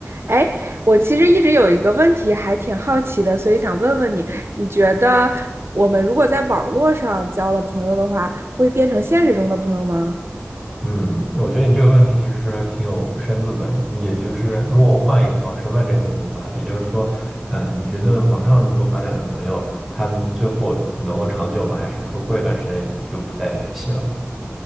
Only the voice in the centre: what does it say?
嗯，我觉得你这个问题其实挺有深度的。你也就是，如果我换一个方式问这个问题的话，也就是说，嗯，你觉得网上如果发展的朋友，他们最后能够长久吗？还是说过一段时间你就不再联系了？